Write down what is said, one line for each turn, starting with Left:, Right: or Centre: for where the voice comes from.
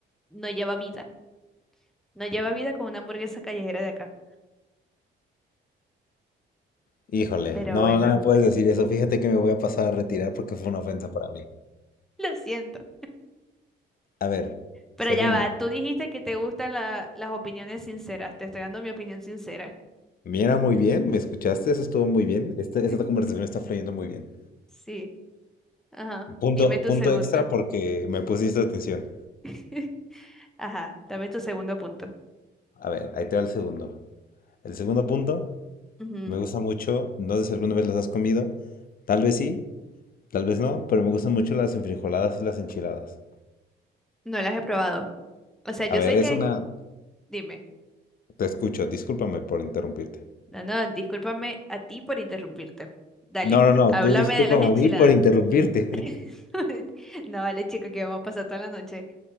Centre: no lleva vida. No lleva vida como una hamburguesa callejera de acá.
Left: Híjole,
Centre: Pero
Left: no,
Centre: bueno,
Left: no me puedes decir eso. Fíjate que me voy a pasar a retirar porque fue una ofensa para mí.
Centre: <laughs> lo siento.
Left: A ver,
Centre: Pero
Left: segundo.
Centre: ya va, tú dijiste que te gustan la- las opiniones sinceras. Te estoy dando mi opinión sincera.
Left: Mira, muy bien, ¿me escuchaste? Eso estuvo muy bien. Este-
Centre: <laughs>
Left: esta conversación está fluyendo muy bien.
Centre: Sí. Ajá.
Left: Punto,
Centre: Dime tu
Left: punto
Centre: segundo.
Left: extra porque me pusiste atención.
Centre: <laughs> Ajá, dame tu segundo punto.
Left: A ver, ahí te va el segundo. El segundo punto
Centre: Ujú.
Left: Me gusta mucho, no sé si alguna vez las has comido, tal vez sí, tal vez no, pero me gustan mucho las enfrijoladas y las enchiladas.
Centre: No las he probado. O sea, yo
Left: A ver,
Centre: sé
Left: es
Centre: que...
Left: una...
Centre: Dime.
Left: Te escucho, discúlpame por interrumpirte.
Centre: No, no, discúlpame a ti por interrumpirte. Dale,
Left: No, no, no,
Centre: háblame
Left: tú discúlpame
Centre: de las enchiladas.
Left: a mí por interrumpirte.
Centre: <laughs> No, vale, chico, que vamos a pasar toda la noche.